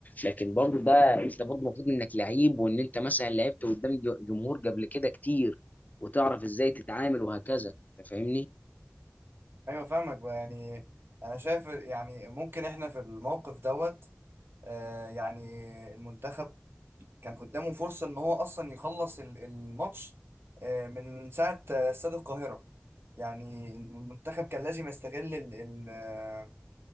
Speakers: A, on the left; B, on the right.
A: لكن برضه ده انت برضه المفروض انك لعيب وان انت مثلا لعبت قدام ج- جمهور قبل كده كتير وتعرف ازاي تتعامل وهكذا انت فاهمني
B: ايوه فاهمك يعني انا شايف يعني ممكن احنا في الموقف دوت آه، يعني المنتخب كان قدامه فرصة ان هو اصلا يخلص ال- الماتش آه، من ساعة آه، استاد القاهرة يعني المنتخب كان لازم يستغل ال ال آه،